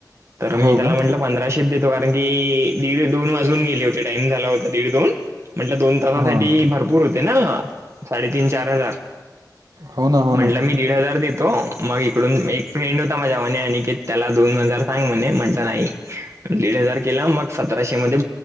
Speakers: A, on the right; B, on the right.
A: तर मी
B: हो
A: त्याला
B: का
A: म्हटलं पंधराशे देतो कारण की दीड दोन वाजून गेले होते टाइम झाला होता दीड दोन म्हटलदोन
B: हां
A: भरपूर होते ना साडेतीन चार हजार
B: हो ना हो
A: म्हणलं
B: ना
A: दीड हजार देतो मग इकडून एक फ्रेंड होता माझ्या मागे अनिकेत त्याला दोन हजार सांग म्हणे म्हंटलं नाही दीड हजार केला मग सतराशे मध्ये